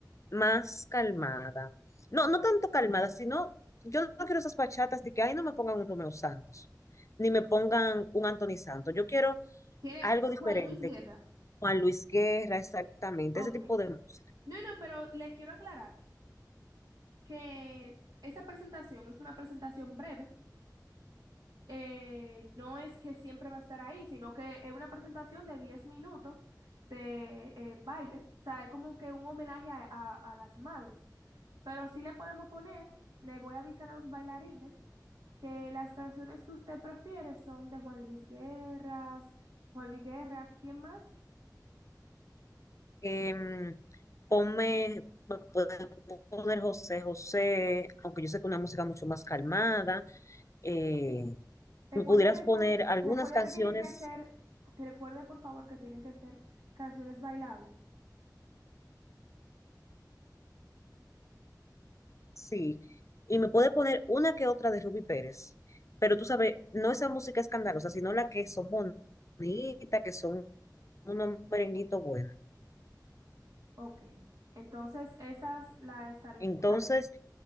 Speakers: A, on the left; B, on the right.
A: más calmada. No, no tanto calmada, sino yo no quiero esas bachatas de que ahí no me pongan un Romeo Santos, ni me pongan un Anthony Santos. Yo quiero
B: ¿Quiere
A: algo diferente,
B: Juan Luis Guerra?
A: Juan Luis Guerra, exactamente,
B: Ok.
A: ese tipo de música.
B: No, no, pero le quiero aclarar que esa presentación es una presentación breve eh, no es que siempre va a estar ahí, sino que es una presentación de 10 minutos de eh, baile. O sea, es como que un homenaje a, a- a las madres. Pero sí le podemos poner, le voy a avisar a los bailarines que las canciones que usted prefiere son de Juan Luis Guerra, Juan Luis Guerra, ¿quién más?
A: Em, ponme, me puede poner José José, aunque yo sé que es una música mucho más calmada eh,
B: Recuerde
A: me pudieras
B: que
A: poner
B: son,
A: algunas
B: recuerde
A: canciones,
B: que tienen que ser, que recuerde por favor que tienen que ser canciones bailables.
A: sí, y me puede poner una que otra de Ruby Pérez, pero tú sabes, no esa música escandalosa, sino la que son bonitas, que son unos merenguitos buenos.
B: Ok, entonces esas la estaré,
A: Entonces,
B: exp- la-